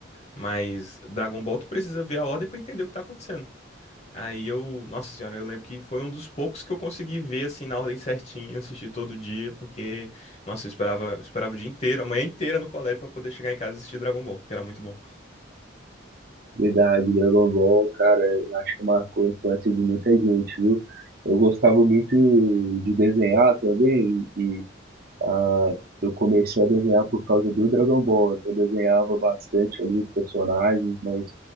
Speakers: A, on the left; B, on the right.
A: Mas Dragon Ball tu precisa ver a ordem pra entender o que tá acontecendo. Aí eu, nossa senhora, eu lembro que foi um dos poucos que eu consegui ver assim na ordem certinha, assistir todo dia, porque nossa, eu esperava, esperava o dia inteiro, a manhã inteira no colégio pra poder chegar em casa e assistir Dragon Ball, que era muito bom.
B: Verdade, Dragon Ball, cara, eu acho que marcou a infância de muita gente, viu? Eu gostava muito de desenhar também, e ah, eu comecei a desenhar por causa do Dragon Ball, então eu desenhava bastante ali os personagens, mas